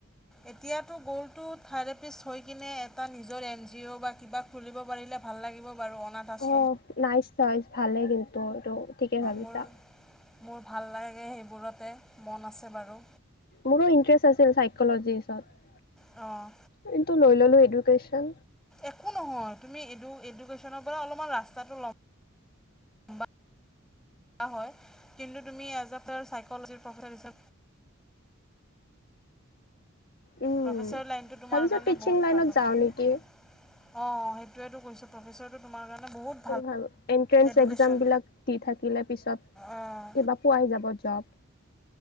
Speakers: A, in the centre; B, on the left.
A: এতিয়াতো গ'লটো থেৰাপিষ্ট হৈ কিনে এটা নিজৰ এন জি অ' বা কিবা খুলিব পাৰিলে ভাল লাগিব বাৰু অনাথ আশ
B: অঁ নাইচ নাইচ ভালে কিন্তু এইটো ঠিকে ভাবিছা।
A: মোৰ মোৰ ভাল লাগে সেইবোৰতে মন আছে বাৰু
B: মোৰো ইণ্টেৰেচ্ আছিল চাইকলজিচত
A: অ
B: কিন্তু লৈ ললো এডুকেচন
A: একো নহয় তুমি এডু এডুকেশ্যনৰ পৰা অলপমান ৰাস্তাটো ল'ম হয় কিন্তু তুমি এজ এ চাইকলজিৰ প্ৰফেচা
B: উম।
A: প্ৰফেচাৰ লাইনটো তোমাৰ
B: ভাবিছো
A: কাৰণে
B: টিচিং
A: বহুত
B: লাইনত
A: ভাল হ'ব
B: যাওঁ নেকি।
A: অ সেইটোৱেতো কৈছো প্ৰফেচৰটো তোমাৰ কাৰণে বহুত
B: খুব ভাল এণ্ট্ৰেন্স
A: এডুকেশ্যন।
B: এক্জাম বিলাক দি থাকিলে পিছত
A: অঁ
B: কিবা পোৱাই যাব জব